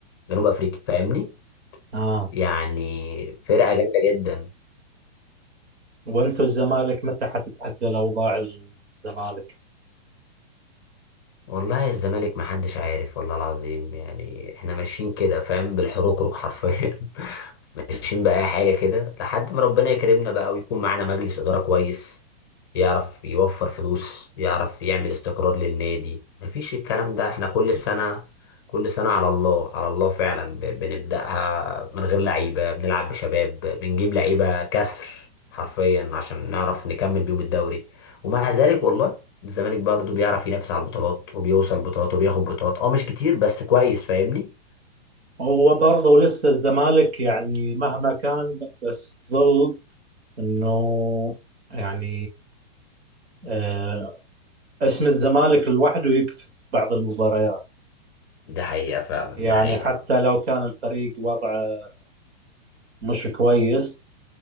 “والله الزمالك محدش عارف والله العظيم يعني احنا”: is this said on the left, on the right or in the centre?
Left